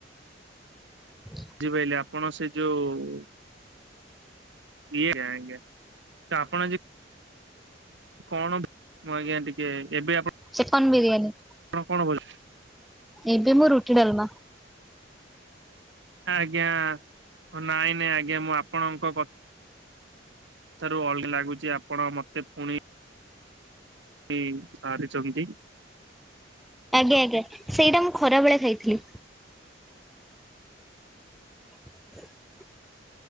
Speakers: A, in the centre; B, on the right.
A: <inaudible>
B: ଝିପାଇଲେ ଆପଣ ସେ ଯୋଉ ଇଏ ଜ୍ଞା ଆଜ୍ଞା ତ ଆପଣ ଯେ କଣ ମୁଁ ଆଜ୍ଞା ଟିକେ ଏବେ ଆପଣ
A: ଚିକନ ବିରିୟାନୀ।
B: <unintelligible>
A: ଏବେ ମୁଁ ରୁଟି ଡାଲମା।
B: ଆଜ୍ଞା ନାଇଁ, ନାଇଁ ଆଜ୍ଞା, ମୁଁ ଆପଣଙ୍କ କଥା ଠାରୁ ଅଲଗା ଲାଗୁଛି ଆପଣ ମତେ ଫୁଣି ବି ସାରିଛନ୍ତି।
A: ଆଜ୍ଞା, ଆଜ୍ଞା ସେଇଟା ମୁଁ ଖରାବେେଳେ ଖାଇଥିଲି। <inaudible>